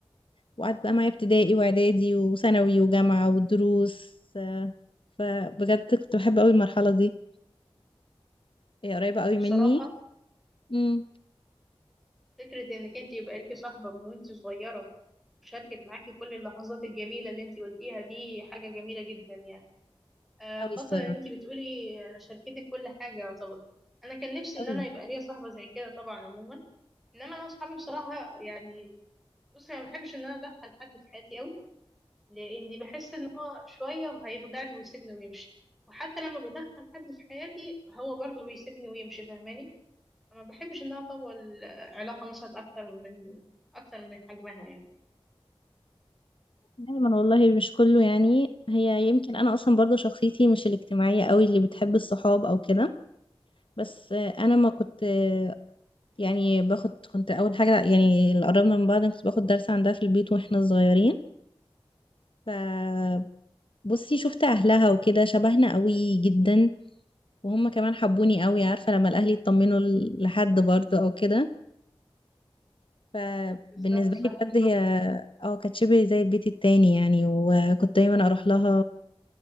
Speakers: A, on the left (about 60°); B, in the centre.
A: وقعدت بقى معايا ابتدائي واعدادي وثانوي وجامعة والدروس آه، فبجد كنت بحب قوي المرحلة دي هي قريبة قوي
B: بصراحة
A: مني امم
B: فكرة انك انت يبقى ليكي صاحبة من وانت صغيرة وشاركت معاكي كل اللحظات الجميلة اللي انت قلتيها دي حاجة جميلة جدا يعني آه
A: قوي
B: خاصة
A: الصراحة
B: ان انت بتقولي آه، شاركتك كل حاجة يعتبر انا كان نفسي
A: قوي
B: ان انا يبقى ليا صاحبة زي كده طبعا عموما انما انا اصحابي بصراحة يعني بصي انا ما بحبش ان انا ادخل حد في حياتي قوي لاني بحس ان هو شويه هيخدعني ويسيبني ويمشي وحتى لما بدخل حد في حياتي هو برضه بيسيبني ويمشي فاهماني ما بحبش ان انا اطول علاقه مثلا اكتر من اكتر من حجمها يعني
A: دايما والله مش كله يعني هي يمكن انا اصلا برضه شخصيتي مش الاجتماعيه قوي اللي بتحب الصحاب او كده بس آه، انا ما كنت آه، يعني باخد كنت اول حاجه يعني اللي قربنا من بعض كنت باخد درس عندها في البيت واحنا صغيرين فبصي شفت اهلها وكده شبهنا قوي جدا وهم كمان حبوني قوي عارفه لما الاهل يطمنوا ل- لحد برضه او كده فبالنسبه
B: بالظبط صح
A: لي بجد
B: يعني
A: هي اه كانت شبه زي البيت التاني يعني وكنت دايما اروح لها